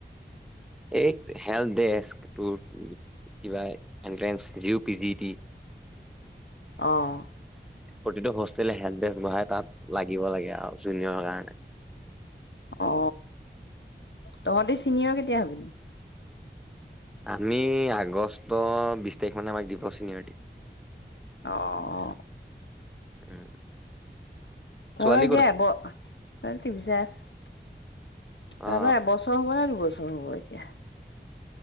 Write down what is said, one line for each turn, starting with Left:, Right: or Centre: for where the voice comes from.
Centre: এই হেল দে কিবা এনট্ৰেন্ঞ্চ জি পি জিটি
Left: আহ
Centre: প্ৰতিটো হোষ্টেলে হেণ্ড বেগ বঢ়াই তাত লাগিব লাগে আৰু জুনিয়ৰ কাৰণে
Left: অ তহঁতে চিনিয়ৰ কেতিয়া হবি।
Centre: আমি আগষ্ট বিশ তাৰিখ মানে আমাক দিব চনিয়ৰটি
Left: অ অ
Centre: উম
Left: ঘৰ
Centre: ছোৱালী ক'ত
Left: দিয়া হব
Centre: আছে
Left: ৰা বিচাৰছ তহতৰ
Centre: অ
Left: এবছৰ হব নে দুবছৰ হব এতিয়া